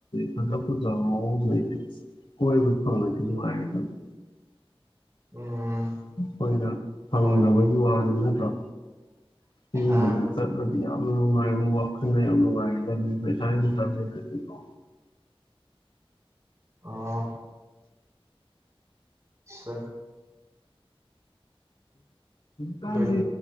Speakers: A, on the left; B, on the right.
A: ꯈꯗ ꯐꯖꯗꯤ ꯀ ꯐꯪꯉꯨꯉꯥꯏꯗꯝ <inaudible>
B: ꯎꯝ
A: ꯑꯩꯈꯣꯏꯅ ꯐꯪꯗꯕꯒꯤ
B: ꯍꯣꯏ
A: ꯋꯥꯅꯤ ꯅꯠꯇ꯭ꯔꯣ ꯁꯤꯒꯨꯝꯕ
B: ꯑꯥ
A: ꯆꯠꯂꯗꯤ ꯌꯥꯝ ꯅꯨꯡꯉꯥꯏ ꯈꯪ ꯅꯨꯡꯉꯗ ꯄꯩꯁꯥ ꯍꯖꯥ ꯂꯩꯔꯀꯣ
B: ꯑ <inaudible> <inaudible>
A: ꯀꯥꯟꯗꯤ
B: ꯍꯣꯏꯅꯦ